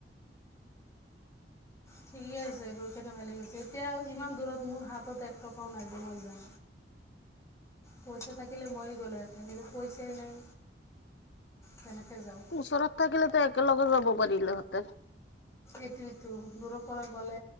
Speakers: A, on the left; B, on the left.
A: ঠিকে আছে গৈ কেনে ভালে কৰিছে এতিয়া ইমান দূৰত মোৰ হাতত এক টকাও নাই যে মই যাম পইচা থাকিলে মই গলোঁ ইয়াতে নিজৰ পইচাই নাই কেনেকৈ যাওঁ
B: ওচৰত থাকিলেতো একেলগে যাব পাৰিলেহেঁতেন
A: এইটো ইটো দূৰৰ পৰা গ'লে